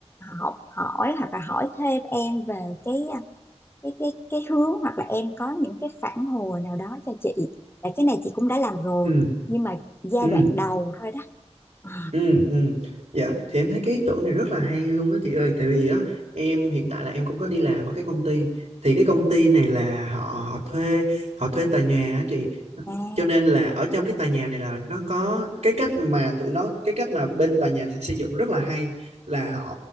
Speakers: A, on the left (about 20°); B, on the right (about 80°).
A: học hỏi hoặc là hỏi thêm em về cái à, cái cái cái hướng hoặc là em có những cái phản hồi nào đó cho chị tại cái này chị cũng đã làm rồi
B: ừm,
A: nhưng mà giai
B: ừm,
A: đoạn đầu thôi đó à
B: ừm, ừm, dạ, thì em thấy cái ý tưởng này rất là hay luôn đó chị ơi, tại vì á, em hiện tại là em cũng có đi làm ở cái công ty, thì cái công ty này là họ họ thuê, họ thuê tòa nhà á chị,
A: à
B: cho nên là ở trong cái tòa nhà này là nó có cái cách mà tụi nó cái cách mà bên tòa nhà xây dựng rất là hay là họ